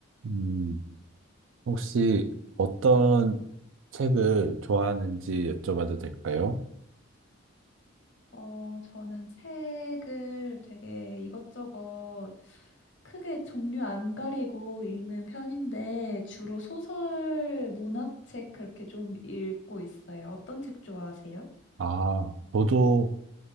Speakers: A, on the right; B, on the left.
A: 음, 혹시 어떤 책을 좋아하는지 여쭤봐도 될까요?
B: 어, 저는 책을 되게 이것저것 크게 종류 안 가리고 읽는 편인데, 주로 소설, 문학책 그렇게 좀 읽고 있어요. 어떤 책 좋아하세요?
A: 아, 저도,